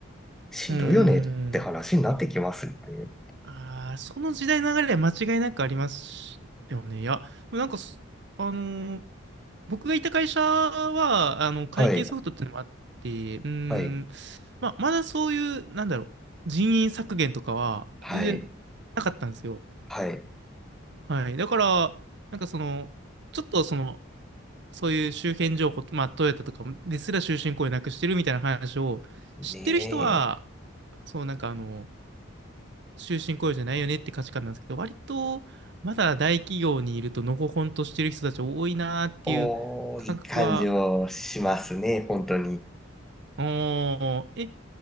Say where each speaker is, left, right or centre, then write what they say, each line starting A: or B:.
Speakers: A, in the centre; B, on the right.
A: しんどいよねって話になってきますよね。
B: うーん。ああ、その時代の流れは間違いなくありますよね。いや、でもなんかそ、あのー僕がいた会社は、あの、会計ソフトっていうのもあって、
A: はい、
B: うー
A: はい、
B: ん、まあ、まだそういう、なんだろう、人員削減とかは全然なかったんですよ。
A: はい、はい。
B: はい。だから、なんかその、ちょっとその、そういう周辺情報、まあ、トヨタとかですら終身雇用なくしてるみたいな話を知ってる人は、
A: ねえ。
B: そう、なんかあの、終身雇用じゃないよねって価値観なんですけど、割とまだ大企業にいるとのほほんとしてる人たち多いなーっていう感覚は、
A: おー、いい感じをしますね、本当に。
B: おー、え、